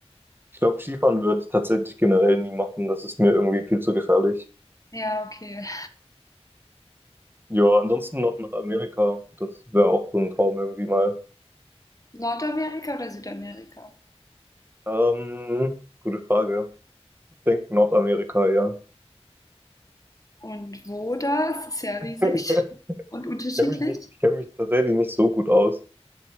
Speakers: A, on the right; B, on the left.
A: ich glaube, Skifahren würde ich tatsächlich generell nie machen. Das ist mir irgendwie viel zu gefährlich.
B: Ja, okay.
A: Ja, ansonsten noch nach Amerika. Das wäre auch so ein Traum irgendwie mal.
B: Nordamerika oder Südamerika?
A: Ähm, gute Frage. Ich denke Nordamerika, ja.
B: Und wo das? Ist ja riesig
A: <laughs>
B: und unterschiedlich.
A: Ich kenne mich nicht, ich kenne mich tatsächlich nicht so gut aus.